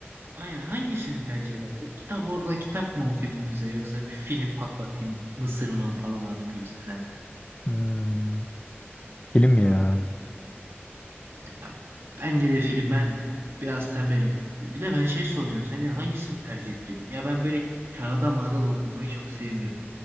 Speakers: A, on the right (about 60°); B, on the left (about 25°).
A: Aynen. Hangisini tercih ederdin? Kitap orada kitap mı okuyayım güzel yoksa bir film patlatayım, mısır mı falan alayım gibisinden.
B: Hmm. Film ya.
A: Ya, bence de film. Ben biraz tembelim. Bir de ben şey soracağım. Sence hangisini tercih etmeliyim? Ya ben böyle kağıda mağda dokunmayı çok sevmiyorum.